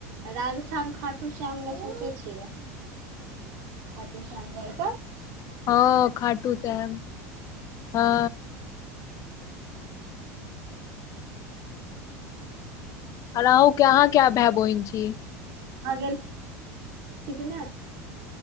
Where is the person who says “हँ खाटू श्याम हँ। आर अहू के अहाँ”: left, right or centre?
Left